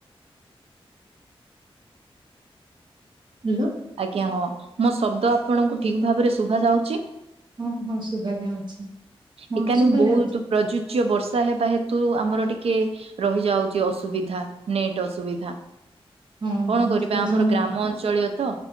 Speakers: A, on the right; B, on the right.
A: ହ୍ୟାଲୋ
B: ଆଜ୍ଞା ହଁ ମୋ ଶବ୍ଦ ଆପଣଙ୍କୁ ଠିକ ଭାବରେ ଶୁଭା ଯାଉଛି।
A: ହଁ ହୋ ସୁବା ଯାଉଛି। ମୋର
B: ଏ କାନି
A: ଶୁଭା
B: ବହୁତ୍
A: ଯାଉଛି
B: ପ୍ରଯୁଜ୍ୟ ବର୍ଷା ହେବା ହେତୁ ଆମର ଟିକେ ରହିଯାଉଛି ଅସୁବିଧା ନେଟ ଅସୁବିଧା
A: ହଁ
B: କଣ
A: ହଁ
B: କରିବା
A: ସେ
B: ଆମର
A: ସମସ୍ତ
B: ଗ୍ରାମ ଅଞ୍ଚଳୀୟ ତ